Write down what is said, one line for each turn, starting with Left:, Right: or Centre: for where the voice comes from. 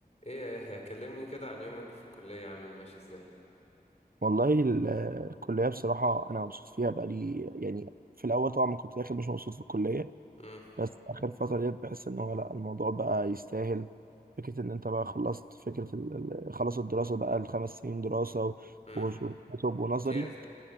Left: ايه يا يحيى كلمني كده عن يومك في الكلية عامل ماشي ازاي
Right: والله ال- الكلية بصراحة أنا مبسوط فيها بقالي يعني في الأول طبعا ما كنت داخل مش مبسوط في الكلية
Left: امم
Right: بس آخر فترة ديت بحس إن هو لأ الموضوع بقى يستاهل فكرة إن أنت بقى خلصت فكرة ال- ال- خلص الدراسة بقى الخمس سنين دراسة و-
Left: امم
Right: وش- وكتب ونظري
Left: امتياز